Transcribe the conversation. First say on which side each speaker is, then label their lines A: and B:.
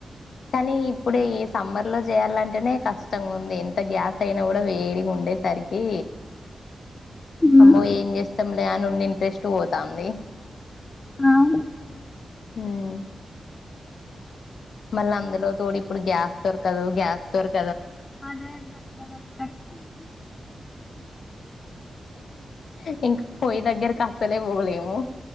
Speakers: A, on the left (about 75°); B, on the left (about 20°).
A: కానీ ఇప్పుడు ఈ సమ్మర్ లో చేయాలంటేనే కష్టంగా ఉంది ఎంత గ్యాస్ అయినా కూడా వేడిగా ఉండేసరికి
B: ఉమ్
A: అమ్మో ఏం చేస్తాం దాన్నిలో ఉన్న ఇంట్రెస్ట్ పోతంది
B: అవును
A: హుమ్ మళ్ళా అందులో తోడు ఇప్పుడు గ్యాస్ దొరకదు గ్యాస్ దొరక
B: అదేంటి అక్క
A: స్కిప్పింగ్ పోయి దగ్గర కస్తలే పొదేమో